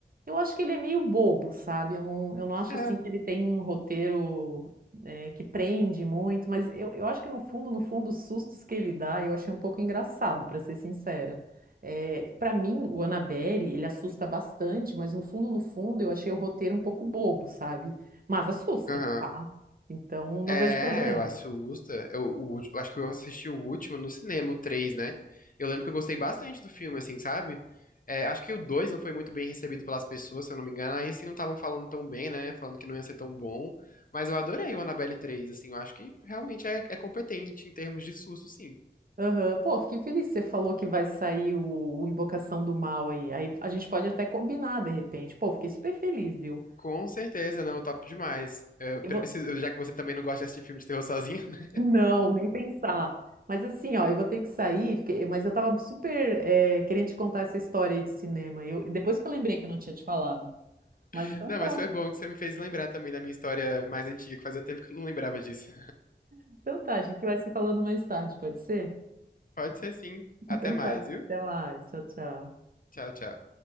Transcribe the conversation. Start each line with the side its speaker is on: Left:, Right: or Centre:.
Right: Eu acho que ele é meio bobo, sabe? Eu não, eu não acho
Left: É.
Right: assim que ele tem um roteiro é, que prende muito, mas eu, eu acho que no fundo, no fundo, os sustos que ele dá, eu achei um pouco engraçado, pra ser sincera. É, para mim, o Annabelle, ele assusta bastante, mas no fundo, no fundo, eu achei o roteiro um pouco bobo, sabe? Mas assusta,
Left: Aham.
Right: tá? Então, não
Left: É,
Right: vejo problema.
Left: eu assusta. Eu, o ulti- eu acho que eu assisti o último no cinema, o 3, né? Eu lembro que eu gostei bastante do filme, assim, sabe? É, acho que o 2 não foi muito bem recebido pelas pessoas, se eu não me engano. Aí, assim, não estavam falando tão bem, né? Falando que não ia ser tão bom. Mas eu adorei o Annabelle 3, assim. Eu acho que realmente é, é competente em termos de susto, sim.
Right: Aham, Pô, fiquei feliz que você falou que vai sair o, o Invocação do Mal aí. Aí a gente pode até combinar de repente. Pô, fiquei super feliz, viu?
Left: Com certeza, não, top demais. É,
Right: Eu
Left: preciso-
Right: vou-
Left: já que você também não gosta de assistir filme de terror sozinho, né?
Right: Não, nem pensar. Mas assim, ó, eu vou ter que sair, fiquei- mas eu tava super eh, querendo te contar essa história aí de cinema. Eu, depois que eu lembrei que eu não tinha te falado. Mas
Left: <laughs>
Right: então
Left: Não,
Right: tá,
Left: mas foi bom que você me fez lembrar também da minha história mais antiga, que fazia tempo que eu não lembrava disso.
Right: então tá, a gente vai se falando mais tarde, pode ser?
Left: Pode ser sim. Até
Right: Então
Left: mais,
Right: tá,
Left: viu?
Right: até mais, tchau, tchau.
Left: Tchau, tchau.